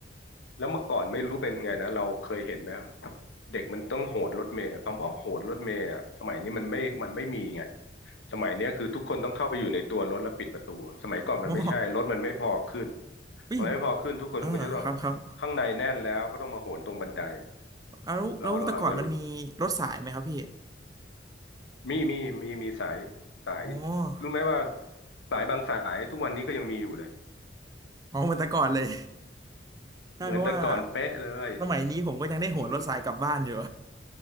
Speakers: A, on the left (about 85°); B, on the right (about 20°).
A: แล้วเมื่อก่อนไม่รู้เป็นไงนะเราเคยเห็นไหมเด็กมันต้องโหดรถเมล์อะคำว่าโหดรถเมล์อะสมัยนี้มันไม่มันไม่มีไงสมัยเนี้ยคือทุกคนต้องเข้าไปอยู่ในตัวรถแล้วปิดประตูสมัยก่อนมันไม่ใช่รถมันไม่พอขึ้น
B: โอ้พี่
A: มันไม่พอขึ้นทุกคนก็จะต้อง
B: อ่าครับครับ
A: ข้างในแน่นแล้วก็ต้องมาโหนตรงบันได
B: เอาแล้วแล้วแต่ก่อนมันมีรถสายไหมครับพี่
A: เราเราอาจจะมีมีมีมีสายสาย
B: อ๋อ
A: รู้ไหมว่าสายบางสายทุกวันนี้ก็ยังมีอยู่เลย
B: อ๋อเหมือนแต่ก่อนเลยใช่เพราะว่า
A: เหมือนแต่ก่อนเป๊ะเลย
B: สมัยนี้ผมก็ยังได้โหนรถสายกลับบ้านอยู่
A: อืม